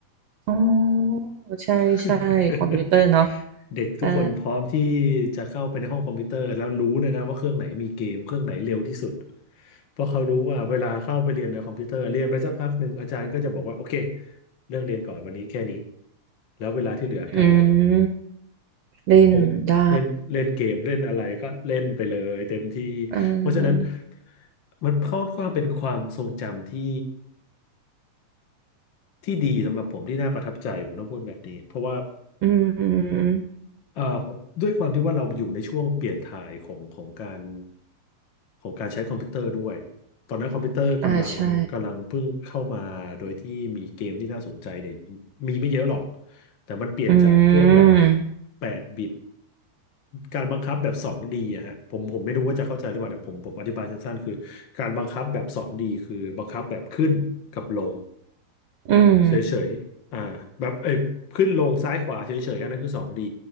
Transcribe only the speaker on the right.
อ๋อใช่ใช่คอมพิวเตอร์เนาะ
อ่า
อืมเล่นได้
อ่า
อืม
อ่าใช่
อืม
อืม